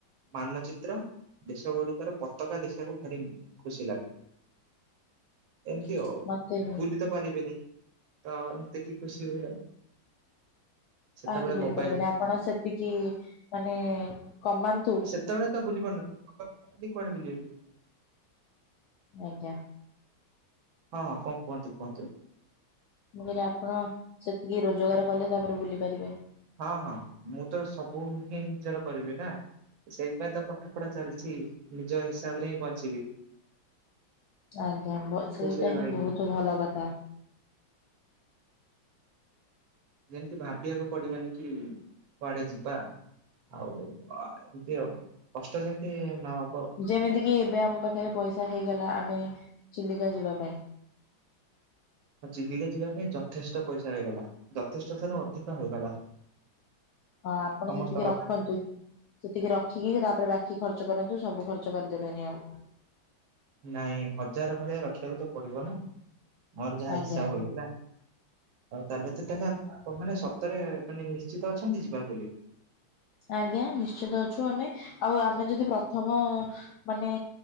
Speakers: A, on the right (about 75°); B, on the left (about 80°).
A: ମାନଚିତ୍ର - ଦେଶ ଗୁଡିକର ପତାକା ଦେଖିବାକୁ ଭାରି ଖୁସି ଲାଗେ।
B: <inaudible>
A: ଏମିତି ହଉ
B: ମତେ ବି
A: ବୁଲି ତ ପାରିବେନି, ତ ଦେଖି ଖୁସି ହୁଏ ଆଉ। ସେତେବେଳେ
B: କାହିଁକି ବୁଲି
A: ମୋବାଇଲ
B: ପାରିବେନି। ଆପଣ ସେତିକି ମାନେ କମା -
A: ସେତେବେଳେ ତ ବୁଲି ପାରୁନଥିଲି, କୁଆଡେ ବୁଲିବି?
B: ଆଜ୍ଞା।
A: ହଁ ହଁ କଣ କୁହନ୍ତୁ କୁହନ୍ତୁ।
B: ମୁଁ ଆପଣ ସେତିକି ରୋଜଗାର କଲେ ତାପରେ ବୁଲି ପାରିବେ।
A: ହଁ ହଁ ମୁଁ ତ ସବୁ ହିଁ ନିଜର କରିବି ନା। ସେଇଥିପାଇଁ ତ ପାଠ ପଢା ଚାଲିଛି ନିଜ ହିସାବରେ ହିଁ ବଞ୍ଚିବି।
B: ଆଜ୍ଞା ସେଇଟା
A: ଖୁସିରେ ରହିବି।
B: ହିଁ ବହୁତ ଭଲ କଥା।
A: ଯେମିତି ଭାବିବାକୁ ପଡିବନି କି କୁଆଡେ ଯିବା। ଆଉ ଏମିତି ଆଉ କଷ୍ଟ ଯେମିତି ନହବ।
B: ଯେମିତି କିି ଏବେ ଆମ ପାଖରେ ପଇସା ହେଇଗଲା। ଆମେ ଚିଲିକା ଯିବା ପାଇଁ।
A: ଆ ଚିଲିକା ଯିବା ପାଇଁ ଯଥେଷ୍ଟ ପଇସା ହେଇଗଲା। ଯଥେଷ୍ଟ ଠାରୁ ଅଧିକ ହେଇଗଲା।
B: ହଁ ଆପଣ
A: ସମସ୍ତଙ୍କ
B: ସେତିକି ରଖନ୍ତୁ।
A: ପାଇଁ।
B: ସେତିକି ରଖିକି ତାପରେ ବାକି ଖର୍ଚ୍ଚ କରନ୍ତୁ। ସବୁ ଖର୍ଚ୍ଚ କରିଦେବେନି ଆଉ।
A: ନାଇଁ ହଜାର ଭଳିଆ ରଖିବାକୁ ତ ପଡିବ ନା! ମୋର ଯାହା
B: ଆଜ୍ଞା।
A: ହିସାବ ହେଇଥିଲା। ଆଉ ତାହେଲେ ତ ତାହେଲେ ଆପଣ ମାନେ ସତରେ ମାନେ ନିଶ୍ଚିତ ଅଛନ୍ତି ଯିବା ବୋଲି?
B: ଆଜ୍ଞା ନିଶ୍ଚିତ ଅଛୁ ଆମେ ଆଉ ଆମେ ଯଦି ପ୍ରଥମ- ମାନେ